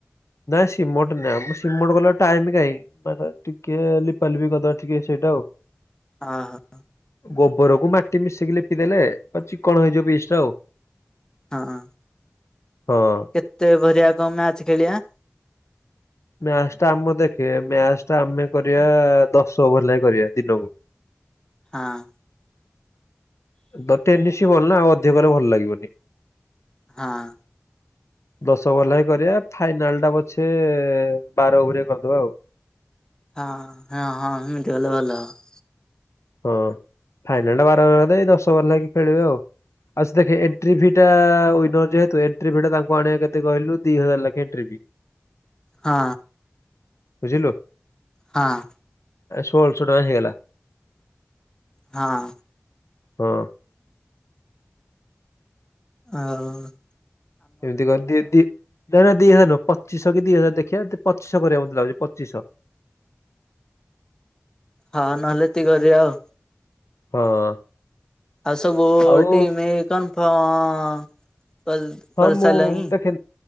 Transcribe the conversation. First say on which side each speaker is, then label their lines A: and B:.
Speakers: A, on the left (about 85°); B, on the left (about 15°).
A: ନାାଇଁ ସିମଣ୍ଟ ନା ଆମ ସିମଣ୍ଟ କଲା ଟାଇମ କାହିଁ। <unintelligible> ଟିକେ ଲିପାଲିପି କରିଦେବା ଟିକେ ସେଇଟା ଆଉ।
B: ଆ ଆ ଆ
A: ଗୋବରକୁୁ ମାଟି ମିଶିକି ଲିପିଦେଲେ ଚିକଣ ହେଇଯିବ ପିସ୍ ଟା ଆଉ
B: ହଁ ହଁ
A: ହଁ
B: କେତେ ଓଭରିଆ କଣ ମ୍ୟାଚ ଖେଳିବା?
A: ମ୍ୟାଚ ଟା ଆମ ଦେଖେ ମ୍ୟାଚ ଟା ଆମେ କରିବା ଦଶ ଓଭର ଲେଖା କରିବା ଦିନକୁ।
B: ହଁ
A: ତ ଟେନିସ ବଲ ନା ଅଧିକ କଲେ ଭଲ ଲାଗିବନି।
B: ହଁ
A: ଦଶ ଓଭର ଲେଖା କରିବା ଫାଇନାଲ ଟା ପଛେ ବାର ଓଭରିଆ କରିଦବା ଆଉ।
B: ହଁ ହଁ ହଁ ହେମିତି ହେଲେ ଭଲ ହେବ।
A: ହଁ ଫାଇନାଲ ଟା ବାରର ଦେଇ ଦଶ ଓବର ଲାଗି ଖେଳିବେ ଆଉ। ଆ ଦେଖେ ଏଣ୍ଟ୍ରି ଫି ଟା ୱନର ଯେହେତୁ ଏଣ୍ଟ୍ରି ଫି ଟା ତାଙ୍କୁ ଆଣିବା କେତେ କହିଲୁ ଦି ହଜାର ଲଖେ ଏଣ୍ଟ୍ରି ଫି।
B: ହଁ
A: ବୁଝିଲୁ
B: ହଁ
A: ଷୋହଳଶହ ଟଙ୍କା ହେଇଗଲା।
B: ହଁ
A: ହଁ
B: ହଉ
A: ଏମିତି କରିଦିଏ ତି ନାଇଁ ନା ଦି ହଜାର ନହଁ ପଚିଶ କି ଦି ହଜାର ଦେଖିବା ଏ ପଚିଶହ କରିବା ମତେ ଲାଗୁଛି ପଚିଶହ।
B: ହଁ ନହେଲେ ଏତିକି କରିବା ଆଉ।
A: ହଁ
B: ଆ ସବୁ
A: ଆଉ
B: ଟିମ୍ କନଫର୍ମ କର
A: ହଁ
B: କରି
A: ମୁଁ
B: ସାରିଲେଣି?
A: ଦେଖେ